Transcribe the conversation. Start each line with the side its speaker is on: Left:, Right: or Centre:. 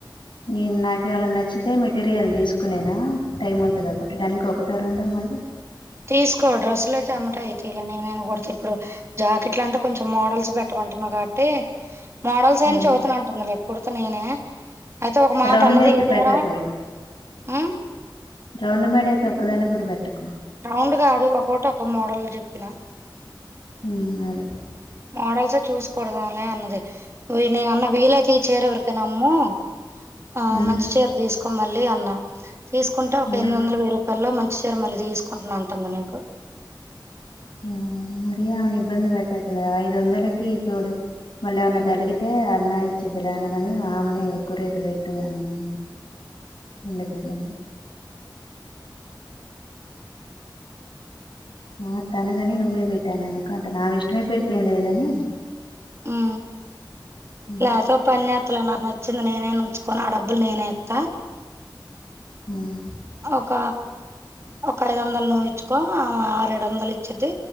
Left: నేను నాకేమైనా నచ్చితే మెటీరియల్ తీసుకునేనా టైం అవుతాదా కుట్టడానికి ఒకటో, రెండో మళ్ళీ
Right: తీసుకో డ్రెస్సులు అయితే వెమ్మటే అయితయిలే. నేను కుడుతా ఇప్పుడు. జాకెట్లు అయితే కొంచెం మోడల్స్ పెట్టమంటున్నావ్ కాబట్టి. మోడల్స్ అయినా
Left: ఆ.
Right: చెబితేనే ఉంటుంది లే కుడుతా నేనే. అయితే ఒక మాట
Left: రౌండ్
Right: అన్నది
Left: అయితే
Right: ఈ చీర
Left: పెట్టకు
Right: ఉమ్
Left: రౌండ్ మేడ అయితే ఒక్కదాని కూడా పెట్టకు
Right: రౌండ్ కాదు ఒ ఒకొక్కొటి ఒకొ మోడల్ చెప్పినా
Left: ఉ అదే
Right: మోడల్స్ చూసి కూడదమ్ లే అన్నది నేను అన్న వీలైతే ఈ చీర ఎవరికనమ్ము ఆ
Left: ఉమ్,
Right: మంచి చీర తీసుకో మళ్ళీ అన్నా తీసుకుంటే ఒక
Left: ఆ,
Right: ఎనిమిది వందలు వెయ్యి రూపాయల్లో మంచి చీర మళ్ళీ తీసుకుంటున్నా అంటుంది నీకు
Left: ఆ మరి ఆమెను ఇబ్బంది పెట్టకులే ఐదు వందలకి ఇతోడు మళ్ళ ఏమన్నా తలిగితే అన్న ఇచ్చిద్లే అనగాని ఆమెనే ఎక్కువ రేటు పెట్టు అని <unintelligible> ఆ తనుగాని నువ్వే పెట్టాను అనుక అంట ఆమె ఇష్టమే పెడితే ఏం లేదు గాని
Right: ఆ
Left: అదే,
Right: లేతే ఓ పన్ త నా నచ్చింది నేనే ఉంచుకోని ఆ డబ్బులు నేనేెయిత్త.
Left: ఉమ్
Right: ఒక ఒక ఐదు వందలు నువ్ ఇచ్చుకో ఆమె రెండు వందలు ఇచ్చిద్ధి